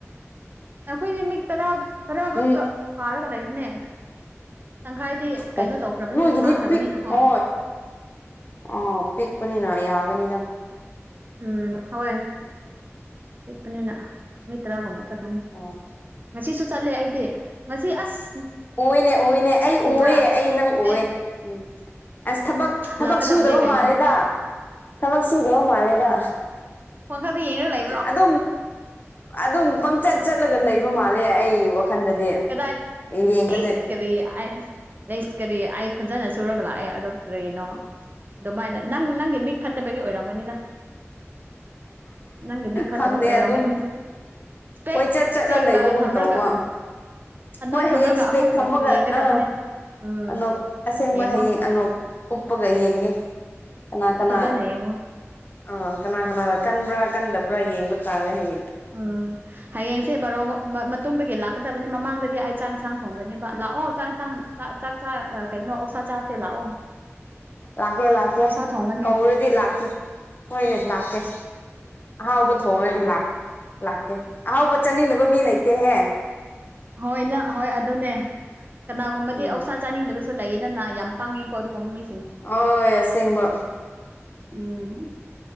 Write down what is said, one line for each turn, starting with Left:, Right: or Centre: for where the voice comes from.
Right: ꯑꯩꯈꯣꯏꯗꯤ ꯃꯤ ꯇꯔꯥ ꯇꯔꯥ
Left: ꯎꯝ
Right: ꯈꯛꯇ ꯄꯥꯔꯒ ꯂꯩꯕꯅꯦ ꯇꯪꯈꯥꯏꯗꯤ ꯀꯩꯅꯣ
Left: ꯑꯣ
Right: ꯇꯧꯈ꯭ꯔꯕꯅꯤꯅ
Left: ꯅꯣꯏꯗꯤꯞ
Right: ꯊꯥꯈ꯭ꯔꯕꯅꯤꯅꯀꯣ
Left: ꯄꯤꯛ ꯑ ꯑꯣ ꯄꯤꯛꯄꯅꯤꯅ ꯌꯥꯒꯅꯤꯗ
Right: ꯎꯝ ꯍꯣꯏ ꯄꯤꯛꯄꯅꯤꯅ ꯅꯨꯃꯤꯠ ꯇꯔꯥꯒꯨꯝꯕ ꯆꯠꯀꯅꯤ
Left: ꯑꯥ
Right: ꯉꯁꯤꯁꯨ ꯆꯠꯂꯦ ꯑꯩꯗꯤ ꯉꯁꯤ ꯑꯁ
Left: ꯎꯨꯏꯅꯦ ꯎꯨꯏꯅꯦ ꯑꯩ
Right: ꯎꯕ꯭ꯔꯥ
Left: ꯎꯨꯏꯌꯦ ꯑꯩ ꯅꯪ ꯎꯨꯏꯌꯦ
Right: ꯑꯦ
Left: ꯎꯝ ꯑꯁ ꯊꯕꯛ ꯊꯕꯛ
Right: ꯂꯥꯛꯀꯗꯕꯅꯦ
Left: ꯁꯨꯗꯕ
Right: ꯀꯩꯅꯣ
Left: ꯃꯥꯜꯂꯦꯗ ꯊꯃꯛ ꯁꯨꯗꯣ ꯃꯥꯂꯦꯗ
Right: ꯄꯪ ꯂꯩ <unintelligible>
Left: ꯑꯗꯨꯝ ꯑꯗꯨꯝ ꯄꯪꯆꯠ ꯆꯠꯂꯒ ꯂꯩꯕ ꯃꯥꯜꯂꯦ ꯑꯩ ꯈꯟꯗꯗꯤ
Right: ꯀꯗꯥꯏꯗ
Left: ꯌꯦꯡꯒꯗ
Right: ꯑꯩꯁ ꯀꯔꯤ ꯑꯩ ꯑꯩꯁ ꯀꯔꯤ ꯑꯩ ꯐꯖꯅ ꯁꯨꯔꯒ ꯂꯥꯛꯑꯦ ꯑꯗꯣ ꯀꯔꯤꯅꯣ ꯑꯗꯨꯃꯥꯏꯅ ꯅꯪ ꯅꯪꯒꯤ ꯃꯤꯛ ꯐꯠꯇꯕꯒꯤ ꯑꯣꯏꯔꯝꯒꯅꯤꯗ ꯅꯪꯒꯤ ꯃꯤꯠ ꯐꯠꯇꯕꯒꯤ
Left: ꯈꯪꯗꯦ
Right: ꯑꯣꯏꯔꯒꯅꯤ
Left: ꯑꯗꯨꯝ
Right: ꯁꯄꯦꯛꯦꯛ
Left: ꯀꯣꯏꯆꯠ ꯆꯠꯂ
Right: ꯁꯄꯦꯛꯦꯛꯂ
Left: ꯂꯩꯕꯒꯨꯝ
Right: ꯊꯝ꯭ꯔꯒ
Left: ꯇꯧꯕ
Right: ꯅꯣꯛ
Left: ꯍꯣꯏ
Right: ꯊꯝꯂꯒ
Left: ꯍꯌꯦꯡ ꯏꯁꯄꯦꯛ
Right: ꯑꯃꯨꯛ
Left: ꯊꯝꯃꯒ
Right: ꯌꯦꯡꯒꯗꯕꯅꯦ
Left: ꯑꯥ
Right: ꯎꯝ
Left: ꯑꯅꯣꯛ ꯑꯁꯦꯡꯕ
Right: ꯌꯦꯡꯉꯣ
Left: ꯍꯌꯦꯡ ꯑꯅꯣꯛ ꯎꯞꯄꯒ ꯌꯦꯡꯒꯦ ꯀꯅꯥ ꯀꯅꯥ
Right: ꯁꯖꯥꯅꯦ ꯌꯦꯉ
Left: ꯑꯥ ꯀꯅꯥ ꯀꯅꯥꯗ ꯀꯟꯕ꯭ꯔꯥ ꯀꯟꯗꯕ꯭ꯔꯥ ꯌꯦꯡꯕ ꯇꯥꯔꯦ ꯍꯌꯦꯡ
Right: ꯎꯝ ꯍꯌꯦꯡꯁꯦ ꯕꯔꯣ ꯃꯇꯨꯡꯗꯒꯤ ꯂꯥꯛꯀꯗꯕꯅꯤ ꯃꯃꯥꯡꯗꯗꯤ ꯑꯩ ꯆꯥꯛ ꯏꯟꯁꯥꯡ ꯊꯣꯡꯒꯅꯦꯕ ꯂꯥꯛꯑꯣ ꯍꯛ ꯆꯥꯡ ꯌꯦꯟꯁꯥꯡꯥꯛ ꯆꯥꯛ ꯆꯥ ꯀꯩꯅꯣ ꯑꯣꯛꯁꯥ ꯆꯥꯁꯦ ꯂꯥꯛꯑꯣ
Left: ꯂꯥꯛꯀꯦ ꯂꯥꯛꯀꯦ
Right: ꯑꯣꯛꯁꯥ ꯊꯣꯡꯒꯅꯤ
Left: ꯀꯧꯔꯗꯤ ꯂꯥꯛꯀꯦ ꯍꯣꯏꯅꯦ ꯂꯥꯛꯀꯦ ꯑꯍꯥꯎꯕ ꯊꯣꯡꯉꯒꯗꯤ ꯂꯥꯛꯀꯦ ꯑꯍꯥꯎꯕ ꯆꯥꯅꯤꯡꯗꯕ ꯃꯤ ꯂꯩꯇꯦꯍꯦ
Right: ꯍꯣꯏ ꯅ ꯍꯣꯏ ꯑꯗꯨꯅꯦ ꯀꯅꯥꯒꯨꯝꯕꯗꯤ
Left: ꯎꯝ
Right: ꯑꯣꯛꯁꯥ ꯆꯥꯅꯤꯡꯗꯕꯁꯨ ꯂꯩꯌꯦꯗꯅ ꯌꯥꯝ ꯄꯥꯡꯪꯉꯦꯀꯣ ꯑꯗꯨꯒꯨꯝ ꯃꯤ
Left: ꯑꯣꯏ ꯑꯁꯦꯡꯕ
Right: ꯎꯝ